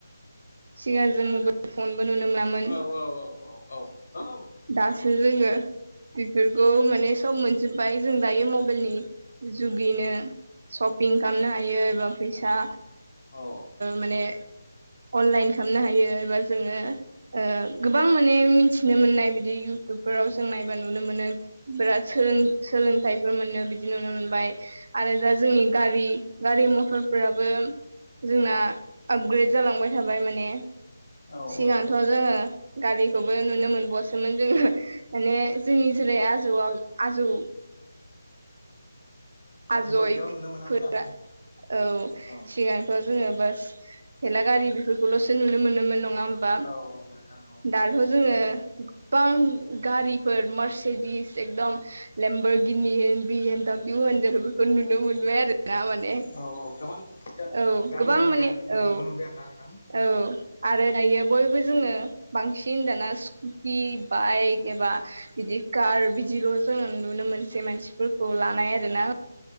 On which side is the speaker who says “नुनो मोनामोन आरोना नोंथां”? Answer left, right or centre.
Left